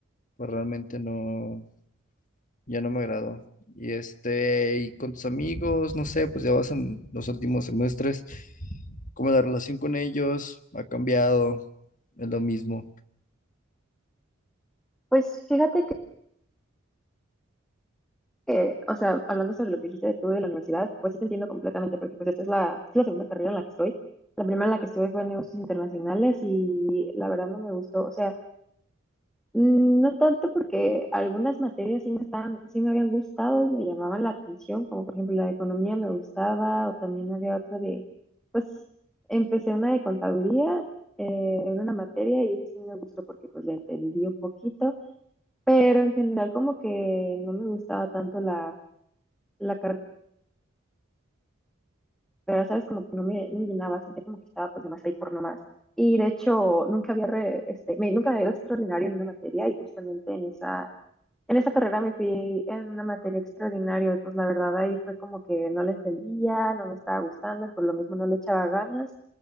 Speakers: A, on the left; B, in the centre.
A: pues realmente no, ya no me agradó. Y este, y con tus amigos, no sé, pues ya vas en los últimos semestres, como la relación con ellos ha cambiado, es lo mismo.
B: Pues fíjate que, que, o sea, hablando sobre lo que dijiste de tú de la universidad, pues sí te entiendo completamente porque pues esta es la, es la segunda carrera en la que estoy. La primera en la que estuve fue en negocios internacionales y la verdad no me gustó, o sea, Mm, No tanto porque algunas materias sí me estaban, sí me habían gustado y me llamaban la atención, como por ejemplo la de economía me gustaba, o también había otra de, pues empecé una de contaduría, eh, era una materia y eso sí me gustó porque pues la entendí un poquito, pero en general como que no me gustaba tanto la, la carrera, ¿sabes? Como que no me, no me llenaba, sentía como que estaba pues nomás ahí por nomás. Y de hecho nunca había, re- este, me, nunca me había ido extraordinario en una materia y justamente en esa En esa carrera me fui en una materia extraordinaria, y, pues la verdad ahí fue como que no la entendía, no me estaba gustando y por lo mismo no le echaba ganas.